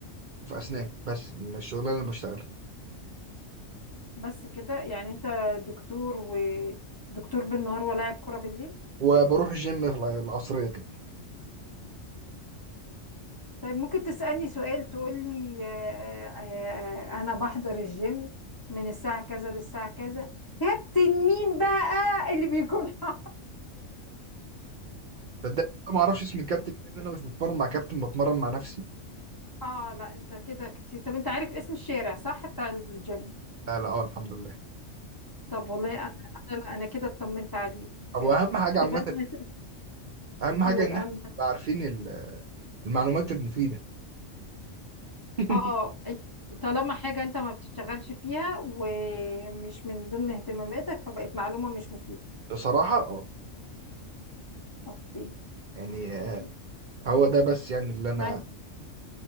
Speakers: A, on the right; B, on the left.
A: وفي اسنان بس من الشغلانه اللي انا بشتغلها
B: بس كده يعني انت دكتور ودكتور بالنهار ولاعب كرة بالليل
A: وبروح الجيم في الع- العصريه كده
B: طيب ممكن تسألني سؤال تقول لي آه، آه، آه، انا بحضر الجيم من الساعة كذا للساعة كذا كابتن مين بقى اللي بيكون <laughs>
A: صدق ما اعرفش اسم الكابتن إيه، لان انا مش بتمرن مع كابتن بتمرن مع نفسي
B: اه لا انت كده كتير طب انت عارف اسم الشارع صح بتاع الجيم
A: لا لا اه الحمد لله
B: طب والله انا انا لا انا كده اطمنت عليك
A: هو اهم حاجه عامه
B: تبقى انا
A: اهم
B: قول
A: حاجه ان
B: اهم
A: احنا نبقى عارفين ال- المعلومات المفيده <laughs>
B: اه طالما حاجة انت ما بتشتغلش فيها ومش من ضمن اهتماماتك فبقت معلومة مش مفيدة
A: بصراحه اه
B: اوكي
A: يعني آه،
B: اوكي
A: هو ده بس يعني اللي انا
B: يعني